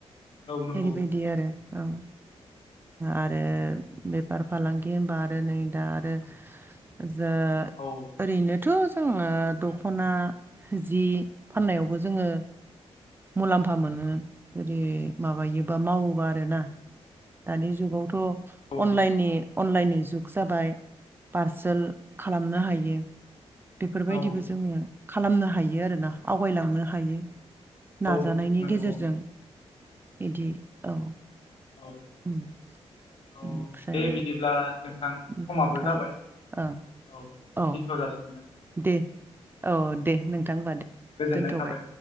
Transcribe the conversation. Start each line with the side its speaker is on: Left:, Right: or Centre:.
Left: औ नंगौ
Right: ओरैबायदि
Left: औ
Right: आरो औ। आरो बेफार फालांगि होनबा आरो नै दा आरो जो
Left: औ।
Right: ओरैनोथ' जोङो दख'ना जि फाननायावबो जोङो मुलाम्फा मोनो जुदि माबायोबा मावोबा आरो ना। दानि जुगावथ'
Left: औ
Right: अनलाइननि अनलाइननि जुग जाबाय पारसोल खालामनो हायो। बेफोरबायदिबो
Left: औ औ
Right: जोङो खालामनो हायो आरोना आवगायलांनो हायो। नाजानायनि
Left: औ नंगौ
Right: गेजेरजों बिदि औ।
Left: औ।
Right: उम।
Left: औ
Right: ओमफ्राय
Left: दे बिदिब्ला नोंथां समाबो
Right: नोंथां
Left: जाबाय
Right: औ
Left: औ
Right: औ
Left: दिदथराज
Right: दे औ दे नोंथां होनबा दे
Left: गोजोननाय
Right: दोनथ'बाय।
Left: थाबाय।